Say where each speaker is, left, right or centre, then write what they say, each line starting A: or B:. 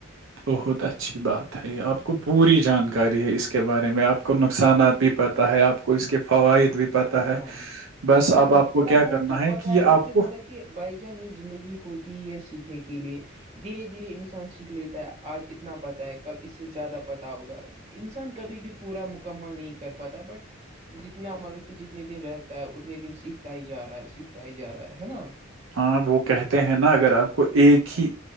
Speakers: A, on the right; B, on the right.
A: بہت اچھی بات ہے آپ کو پوری جانکاری ہے اس کے بارے میں آپ کو نقصانات بھی پتہ ہے آپ کو اس کے فوائد بھی پتا ہے
B: ہاں مطلب
A: بس
B: ہاں
A: اب آپ
B: تھوڑا
A: کو کیا
B: بہت
A: کرنا
B: تو
A: ہے
B: پتہ
A: کہ یہ
B: لیکن
A: آپ کو
B: مطلب کہ بائی جان یہ زندگی ہوتی ہے سیکھنے کے لیے دھیرے دھیرے انسان سیکھ لیتا ہے آج اتنا پتا ہے کل اس سے زیادہ پتا ہوگا انسان کبھی بھی پورا مکمل نہیں کر پاتا بٹ جتنا مطلب کہ جتنے دن رہتا ہے اتنے دن سیکھتا ہی جا رہا ہے سیکھتا ہی جا رہا ہے نا
A: ہاں وہ کہتے ہیں نا اگر آپ کو ایک ہی